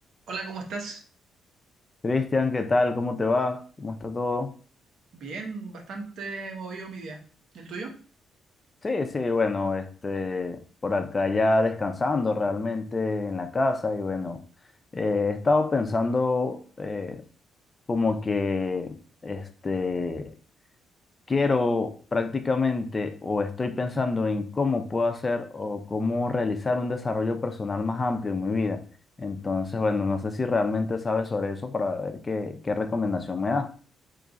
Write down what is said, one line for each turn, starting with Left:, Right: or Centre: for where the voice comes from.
Right: Hola, ¿cómo estás?
Left: Cristian, ¿qué tal? ¿Cómo te va? ¿Cómo está todo?
Right: Bien, bastante movido mi día. ¿Y ¿El tuyo?
Left: Sí, sí, bueno, este, por acá ya descansando realmente en la casa y bueno, eh, he estado pensando eh, como que este, quiero prácticamente o estoy pensando en cómo puedo hacer o cómo realizar un desarrollo personal más amplio en mi vida. Entonces, bueno, no sé si realmente sabes sobre eso para ver qué, qué recomendación me das.